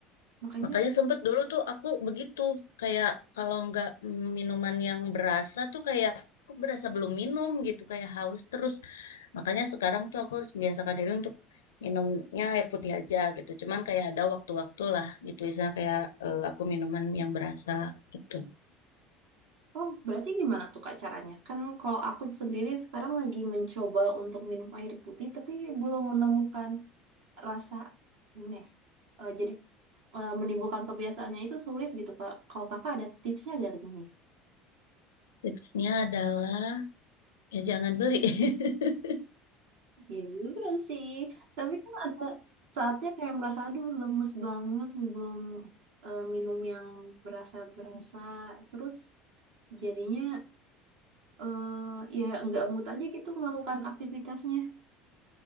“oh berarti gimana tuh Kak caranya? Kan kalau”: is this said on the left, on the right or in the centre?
Right